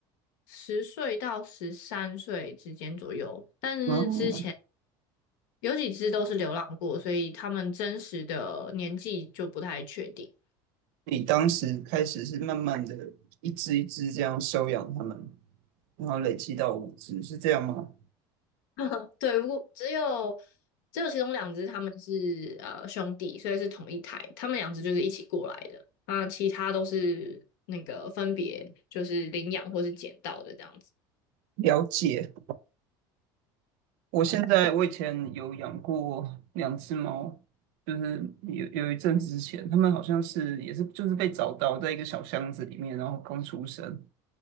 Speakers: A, on the left; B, on the right.
A: 十岁到十三岁之间左右。但是之前
B: 然后
A: 有几只都是流浪过，所以他们真实的年纪就不太确定。
B: 你当时开始是慢慢的一只一只这样收养他们，然后累积到五只，是这样吗？
A: <laughs> 对，不过只有只有其中两只他们是呃兄弟，所以是同一台，他们两只就是一起过来的。那其他都是那个分别就是领养或是捡到的这样子。
B: 了解。我现在我以前有养过两只猫，就是有有一阵子之前，它们好像是也是就是被找到在一个小箱子里面，然后刚出生，